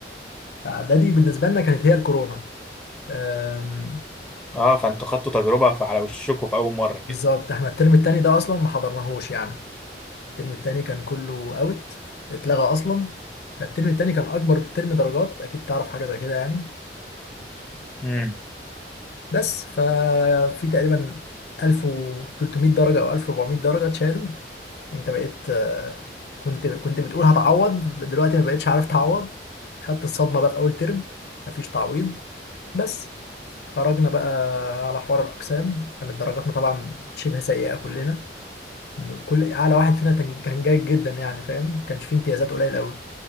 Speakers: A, on the left; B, in the centre.
A: فاعدادي بالنسبه لنا كانت هي الكورونا أم،
B: اه فانتوا خدتوا تجربة فعلى وشكوا في اول مرة كده
A: بالظبط احنا الترم التاني ده اصلا ما حضرناهوش يعني الترم التاني كان كله اوت اتلغى اصلا فالترم التاني كان اكبر ترم درجات اكيد تعرف حاجه زي كده يعني
B: امم
A: بس ففي تقريبا 1300 درجة أو 1400 درجة اتشالوا أنت بقيت آه، كنت كنت بتقول هتعوض دلوقتي ما بقتش عارف تعوض خدت الصدمة بقى في أول ترم مفيش تعويض بس خرجنا بقى على حوار الأقسام كانت درجاتنا طبعا شبه سيئة كلنا كل أعلى واحد فينا تن- كان جيد جدا يعني فاهم كانش فيه امتيازات قليل أوي